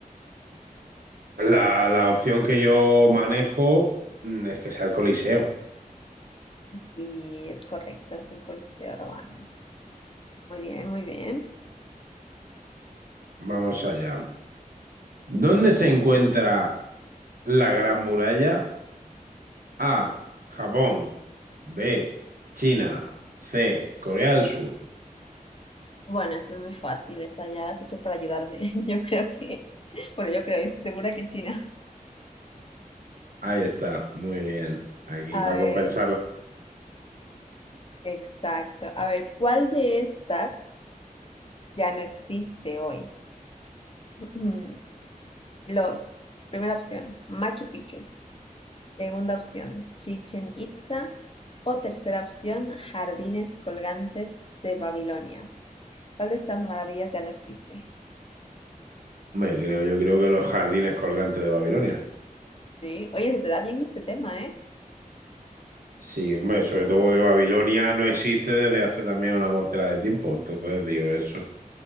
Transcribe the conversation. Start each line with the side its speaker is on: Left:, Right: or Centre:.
Right: la, la opción que yo manejo mm, es que sea el Coliseo.
Left: Sí, es correcto, es el Coliseo romano. Muy bien, muy bien.
Right: Vamos allá. ¿Dónde se encuentra la Gran Muralla? A. Japón. B. China. C. Corea del Sur.
Left: Bueno, eso es muy fácil, esa ya la has hecho para ayudarme. <laughs> Yo creo que, bueno, yo creo, yo estoy segura que China.
Right: Ahí está. Muy bien. Aquí
Left: A
Right: para
Left: ver,
Right: compensarla.
Left: exacto. A ver, ¿cuál de estas ya no existe hoy? <clears throat> Los, primera opción, Machu Picchu. Segunda opción, Chichen Itza. O tercera opción, Jardines Colgantes de Babilonia. ¿Cuál de estas maravillas ya no existe?
Right: Hombre, creo, yo creo que los jardines colgantes de Babilonia.
Left: Sí, oye, se te da bien este tema, ¿eh?
Right: Sí, hombre, sobre todo porque Babilonia no existe desde hace también una mortera de tiempo. Entonces, digo, eso.